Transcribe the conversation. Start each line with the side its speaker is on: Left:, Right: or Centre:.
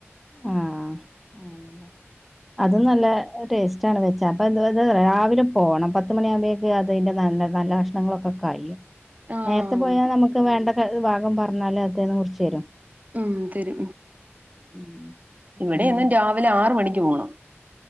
Centre: ആഹ ആണ്ല്ലേ അതും നല്ല ടേസ്റ്റ് ആണ് വെച്ച അപ്പ എ ന്താരാവിലെ പോകണം പത്ത്മണി ആകുമ്പ അതെ അതിന്റെ നല്ല നല്ല കഷ്ണങ്ങളൊക്കെ കഴിയും.
Right: ആഹ്
Centre: നേരത്തെ പോയാൽ നമുക്ക് വേണ്ട ഭാഗം പറഞ്ഞാൽ അതന്ന മുറിച്ച് തരും.
Right: ഉം തരു
Centre: ഉം
Right: ഇവിടെ
Centre: അങ്ങനെ
Right: എന്നും രാവിലെ ആറ്മണിക്ക് പോണം.